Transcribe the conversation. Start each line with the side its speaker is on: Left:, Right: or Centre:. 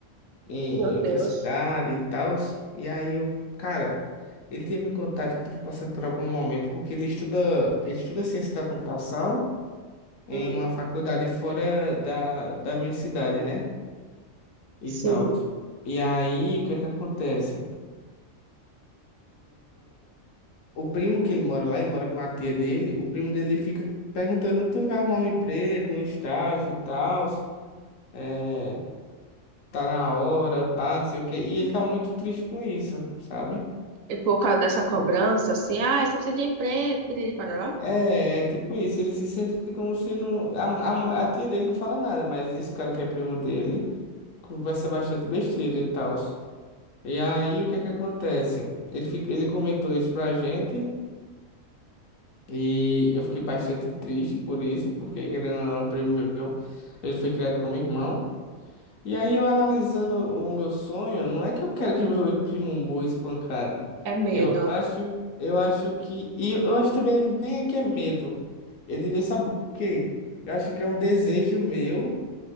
Left: em
Right: Meu Deus.
Left: outra cidade e tal. E aí, eu, cara, ele tinha me contado que estava passando por algum momento, porque ele estuda, ele estuda ciência da computação em
Right: Hum,
Left: uma faculdade fora da, da minha cidade, né? E
Right: sim.
Left: tal. E aí, o que é que acontece? O primo que ele mora lá, ele mora com a tia dele. O primo dele fica perguntando: tu não vai arrumar um emprego, um estágio e tal? É, tá na hora, pá, não sei o quê. E ele tá muito triste com isso, sabe?
Right: E por causa dessa cobrança, assim, ah, você precisa de emprego, piriri, parará.
Left: É, é tipo isso. Ele se sente como se não. A, a, ma- a tia dele não fala nada, mas esse cara que é primo dele conversa bastante besteira e tal. E aí, o que é que acontece? Ele, fica, ele comentou isso pra gente. E eu fiquei bastante triste por isso, porque querendo ou não, um primo meu, ele foi criado como irmão. E aí eu analisando o meu sonho, não é que eu quero que meu primo morra espancado.
Right: É medo.
Left: Eu acho, eu acho que, e eu acho também nem é que é medo. Eu diria, sabe por quê? Eu acho que é um desejo meu